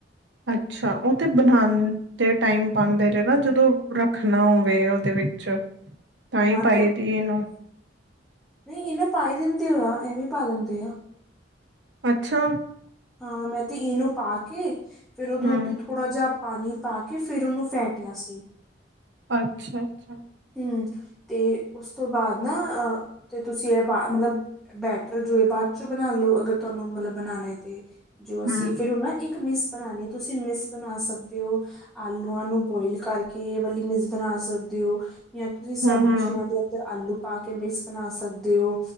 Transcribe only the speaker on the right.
ਅੱਛਾ ਉਹ ਤਾਂ ਬਣਾਦੇ ਟਾਈਮ ਪਾਂਦੇ ਨੇ ਨਾ ਜਦੋਂ ਰੱਖਣਾ ਹੋਵੇ ਉਹਦੇ ਵਿੱਚ ਤਾਂ ਹੀ
ਪਾਈ ਦੀ ਇਹਨੂੰ
ਅੱਛਾ
ਹੂੰ
ਅੱਛਾ- ਅੱਛਾ
ਹੂੰ
ਹੂੰ ਹੂੰ